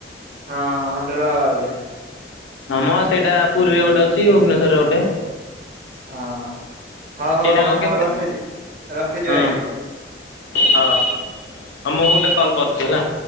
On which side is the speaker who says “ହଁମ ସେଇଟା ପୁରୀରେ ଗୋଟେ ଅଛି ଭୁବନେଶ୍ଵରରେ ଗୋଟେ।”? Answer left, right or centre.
Left